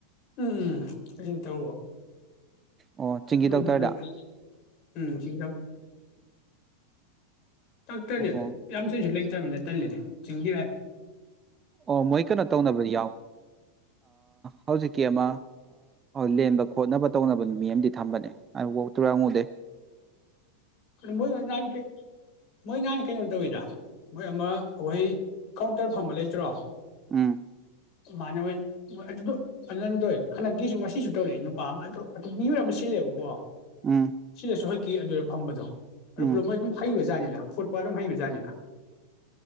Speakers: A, on the left (about 40°); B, on the right (about 20°).
A: ꯎꯝ ꯑꯗꯨꯅ ꯇꯔ
B: ꯑꯣ ꯆꯤꯡꯒꯤ
A: ꯂꯣ
B: ꯗꯣꯛꯇꯔꯗ
A: ꯎꯝ ꯇꯦ ꯇꯥꯛꯇꯅꯦꯗ
B: ꯑꯣꯍꯣ
A: ꯌꯥꯝ ꯁꯤꯁꯨ ꯂꯩ ꯆꯠꯇꯃꯤꯅ ꯇꯜꯂꯤꯅꯦ ꯆꯤꯡꯒꯤꯚꯏ
B: ꯑꯣ ꯃꯣꯏ ꯀꯩꯅꯣ ꯇꯧꯅꯕꯗꯤ ꯌꯥꯎ ꯍꯧꯖꯤꯛꯀꯤ ꯑꯃ ꯂꯦꯟꯕ ꯈꯣꯠꯅꯕ ꯇꯧꯅꯕ ꯃꯤ ꯑꯃꯗꯤ ꯊꯝꯕꯅꯦ ꯑꯗꯨꯐꯥꯎ ꯇꯨꯔꯉꯨꯗꯦ
A: ꯣ ꯃꯣꯏ ꯅꯍꯅꯤ ꯃꯣꯏ ꯅꯍꯅꯤ ꯀꯩꯅꯣꯝ ꯇꯧꯋꯤꯗ ꯃꯣꯏ ꯑꯃ ꯑꯩꯍꯣꯏ ꯀꯥꯎꯟꯇꯔ ꯐꯝꯕ ꯂꯩꯇ꯭ꯔꯣ
B: ꯎꯝ
A: ꯃꯥꯅ ꯍꯣꯏ ꯑꯗꯨꯗꯣꯗ ꯍꯟꯗꯛꯀꯤꯁꯨ ꯉꯁꯤꯁꯨ ꯇꯧꯔꯛꯑꯦ ꯅꯨꯄꯥ ꯑꯃ ꯃꯤꯑꯣꯏ ꯑꯃ ꯁꯤꯜꯂꯦꯕꯀꯣ
B: ꯎꯝ
A: ꯁꯤꯗꯁ ꯍ ꯀ ꯑꯗꯨ ꯐꯝꯕꯖꯣ ꯑꯗꯨ
B: ꯎꯝ
A: ꯄ꯭ꯂꯣꯃꯣꯏ ꯑꯗꯨꯝ ꯍꯩꯕꯥꯅꯤ ꯐꯨꯠ ꯄꯥꯠ ꯑꯃ ꯍꯩꯕꯖꯥꯠꯅꯤꯗ